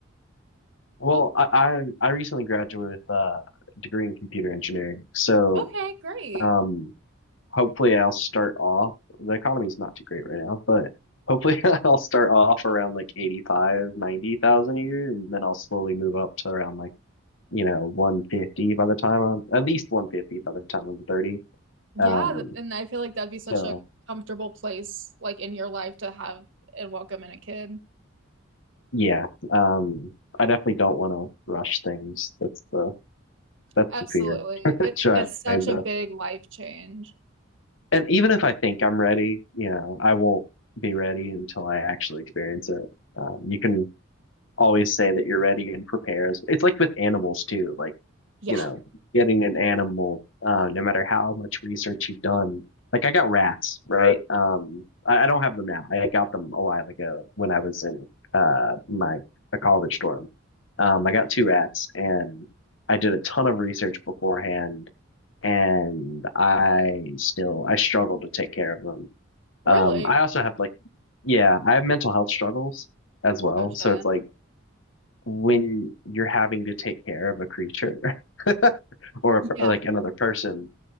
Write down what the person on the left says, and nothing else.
well, I I, I recently graduated with uh, a degree in computer engineering. So,
um hopefully I'll start off the economy's not too great right now, but hopefully <laughs> I'll start off around like 85, 90,000 a year and then I'll slowly move up to around like, you know, 150 by the time I'm at least 150 by the time I'm 30.
Um,
so
yeah, um, I definitely don't want to rush things. That's the that's
the fear. <laughs>
Trying
to,
and even if I think I'm ready, you know, I won't be ready until I actually experience it. Um, you can always say that you're ready and prepare. It's like with animals too, like,
you know, getting an animal, uh, no matter how much research you've done. Like I got rats, right? Um, I, I don't have them now. I got them a while ago when I was in uh my a college dorm. Um, I got two rats and I did a ton of research beforehand and I still I struggle to take care of them.
Um, I also have like yeah, I have mental health struggles as well.
So it's like when you're having to take care of a creature <laughs> or,
a, like another person,